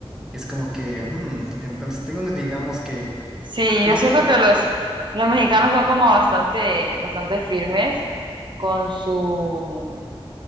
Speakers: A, in the centre; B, on the right (about 50°).
A: Es como que, hmm, entonces tengo, digamos que,
B: Sí,
A: pues
B: yo siento
A: no,
B: que los, los mexicanos son como bastante, bastante firmes con su